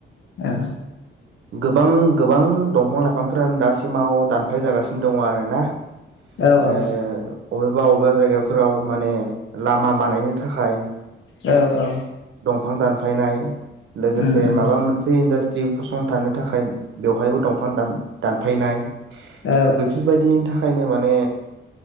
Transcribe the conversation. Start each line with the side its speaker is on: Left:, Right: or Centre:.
Left: औ।
Right: गोबां गोबां दंफां-लाइफांफोरानो दासिमाव दानफाय जागासिनो दङ आरोना।
Left: औ
Right: ओ
Left: औ।
Right: अबेबा अबेबा जायगाफोराव माने लामा बानायनो थाखाय
Left: औ औ
Right: दंफां दानफायनाय लोगोसे
Left: उम उम
Right: माबा मोनसे इन्डास्ट दि फस संथानो थाखाय बेवहायबो दंफां दान-दानफायनाय।
Left: औ
Right: बेफोरबायदिनि थाख ओंखायनो माने